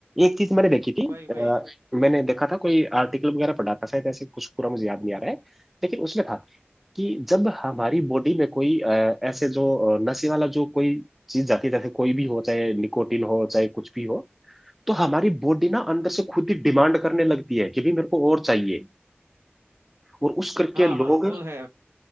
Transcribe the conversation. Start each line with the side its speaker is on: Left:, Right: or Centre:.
Centre: एक चीज मैंने देखी थी
Right: वही वही
Centre: अ, मैंने देखा था कोई आर्टिकल वगैरह पढ़ा था शायद ऐसे कुछ पूरा मुझे याद नहीं आ रहा है लेकिन उसमें था कि जब हमारी बॉडी में कोई अ, ऐसे जो अ, नशे वाला जो कोई चीज जाती है जैसे कोई भी हो चाहे निकोटिन हो चाहे कुछ भी हो तो हमारी बॉडी ना अंदर से खुद ही डिमांड करने लगती है कि भी मेरे को और चाहिए और उस करके
Right: हाँ
Centre: लोग
Right: हाँ वो है